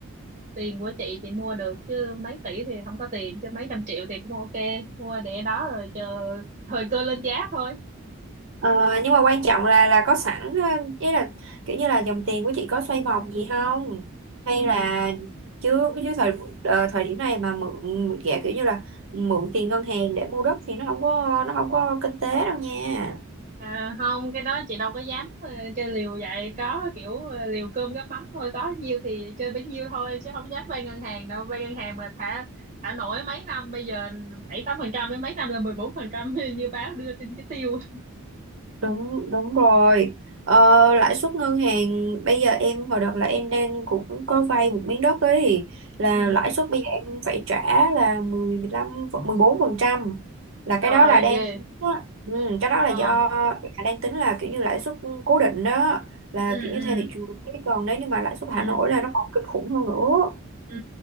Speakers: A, on the right; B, on the right.
A: tiền của chị chị mua được chứ mấy tỷ thì không có tiền chứ mấy trăm triệu thì cũng ok mua để đó rồi chờ thời cơ lên giá thôi
B: Ờ, nhưng mà quan trọng là là có sẵn ờ, ý là kiểu như là dòng tiền của chị có xoay vòng gì không hay
A: ừ.
B: là chưa chứ thời ờ, thời điểm này mà mượn mượn gẹ kiểu như là mượn tiền ngân hàng để mua đất thì nó không có nó không có kinh tế đâu nha
A: à, không cái đó chị đâu có dám ờ, chơi liều vậy có kiểu ờ, liều cơm gắp mắm thôi có nhiêu thì chơi bấy nhiêu thôi chứ không dám vay ngân hàng đâu vay ngân hàng mà thả thả nổi mấy năm bây giờ bảy tám phần trăm mấy năm là mười bốn phần trăm <laughs> như báo đưa tin chứ tiêu
B: Đúng đúng rồi. Ờ, lãi suất ngân hàng bây giờ em hồi đợt là em đang cũng có vay một miếng đất ấy là
A: ừ
B: lãi suất bây giờ em phải trả là mười mười lăm mười bốn phần trăm là
A: trời
B: cái đó
A: ơi
B: là đang
A: ghê
B: tính á. ừ, cái đó là
A: ờ
B: do là đang tính là kiểu như lãi suất cố định đó là
A: ừ
B: kiểu như
A: ừ
B: theo thị trường Chứ còn nếu như mà lãi suất thả
A: ừ
B: nổi là nó còn kinh khủng hơn nữa
A: ừ